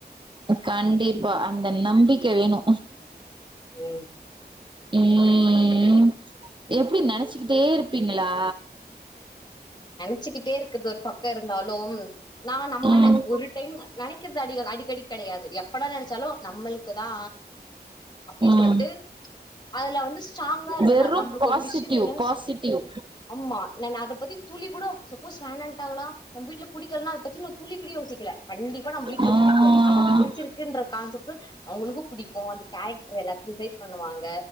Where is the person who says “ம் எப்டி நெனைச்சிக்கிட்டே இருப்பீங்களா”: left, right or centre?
Right